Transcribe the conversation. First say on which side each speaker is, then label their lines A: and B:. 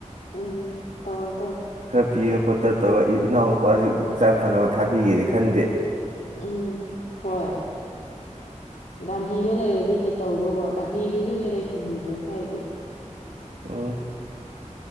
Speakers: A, on the left (about 80°); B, on the right (about 80°).
A: ꯎꯝ ꯇꯧꯔꯗꯣ
B: ꯄꯤꯔꯒ ꯈꯣꯠꯇ ꯇꯧꯔ ꯏꯅꯥꯎ ꯅꯨꯄꯥꯁꯤ ꯍꯛꯆꯥꯡ ꯐꯅꯕ ꯊꯥꯕꯤꯒꯦꯗꯤ ꯈꯟꯗꯦ
A: ꯎꯝ ꯍꯣꯏ ꯒꯥꯟꯙꯤꯗ ꯂꯩꯔꯗꯤ ꯍꯦꯛ ꯇꯧꯗꯧꯕ ꯒꯥꯟꯙꯤꯗꯨꯁꯨ ꯍꯦꯛ ꯂꯩꯁꯟꯗꯦ ꯇꯧꯁ ꯍꯥꯏꯁꯦ
B: ꯎꯝ